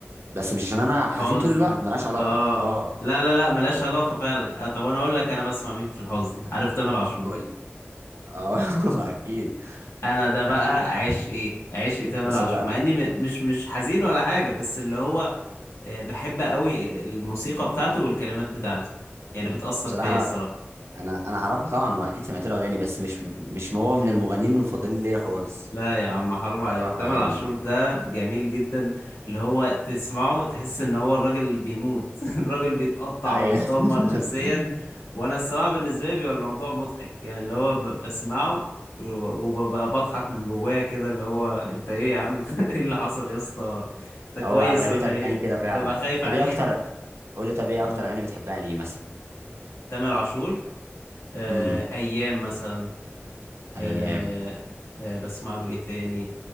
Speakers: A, on the right (about 70°); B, on the left (about 85°).
A: بس مش عشان انا
B: حزن
A: حزين طول الوقت ملهاش علاقه
B: اه
A: اه
B: لا لا لا ملهاش
A: يعني
B: علاقة فعلا آه طب أنا أقول لك أنا بسمع مين في الحزن عارف تامر عاشور
A: قول اه <laughs> اكيد
B: أنا ده بقى
A: اكيد عارف
B: عشقي عشقي تامر
A: بس
B: عاشور
A: بقى
B: مع إني م- مش مش حزين ولا حاجة بس اللي هو آه، بحب قوي الموسيقى بتاعته والكلمات بتاعته يعني بتأثر
A: بصراحه
B: فيا
A: انا
B: الصراحة
A: انا انا اعرفه طبعا واكيد سمعت له اغاني بس مش مش هو من المغنيين المفضلين ليا خالص
B: لا يا عم حرام عليك
A: بصراحه
B: تامر
A: يعني
B: عاشور ده جميل جدا اللي هو تسمعه تحس ان هو الراجل بيموت <laughs> الراجل بيتقطع
A: ايوه
B: ومتدمر نفسيا
A: <laughs>
B: وانا الصراحة بالنسبة لي بيبقى الموضوع مضحك يعني اللي هو ب- بسمعه وببقى بضحك من جوايا كده اللي هو انت ايه يا عم انت <laughs> ايه اللي حصل يا اسطى انت
A: هو
B: كويس
A: اغلبيه
B: ولا
A: اغاني
B: ايه
A: كده فعلا
B: ببقى خايف عليه
A: طب ايه اكتر قول لي
B: <laughs>
A: طب ايه
B: اه
A: اكتر اغاني بتحبها ليه مثلا
B: تامر عاشور آه،
A: امم
B: ايام مثلا
A: ايام
B: آه آه بسمع له ايه تاني